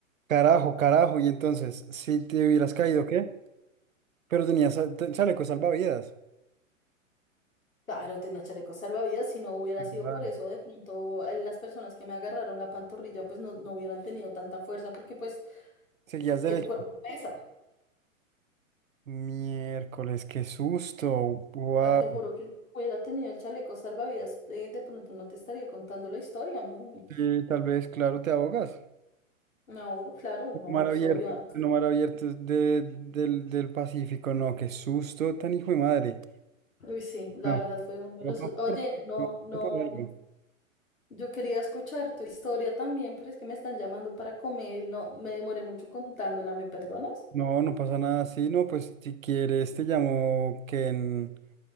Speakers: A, on the right; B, on the left.
A: carajo, carajo. Y entonces, si te hubieras caído, ¿qué? Pero tenías sa- te- chaleco salvavidas.
B: Claro, tenía chalecos salvavidas, si no hubiera
A: Igual.
B: sido por eso, de pronto eh, las personas que me agarraron la pantorrilla, pues no, no hubieran tenido tanta fuerza, porque pues
A: Seguías derecho.
B: el cuerpo pesa.
A: Miércoles, qué susto. Guau.
B: O sea, te juro que si hubiera tenido el chaleco salvavidas, eh, de pronto no te estaría contando la historia. Me,
A: Sí, tal vez, claro, te ahogas.
B: me ahogo, claro, no,
A: Mar
B: pues
A: abierto,
B: obvio.
A: no mar abierto es de- del, del Pacífico, no, qué susto tan hijo de madre.
B: Uy, sí, la
A: No,
B: verdad fue uno de
A: no
B: los.
A: pasa
B: Oye,
A: por,
B: no,
A: no
B: no.
A: pasa por algo.
B: Yo quería escuchar tu historia también, pero es que me están llamando para comer y no me demoré mucho contándola, ¿me perdonas?
A: No, no pasa nada. Sí, no, pues si quieres te llamo que en,